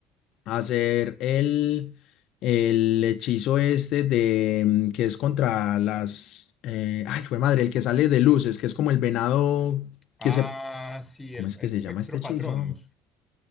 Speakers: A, on the left; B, on the left.
A: hacer el, el hechizo este de mm, que es contra las eh, ay, jue madre, el que sale de luces, que es como el venado
B: Ah,
A: que se
B: sí,
A: ¿cómo
B: el,
A: es que
B: el
A: se
B: Spectro
A: llama este hechizo?
B: Patronus.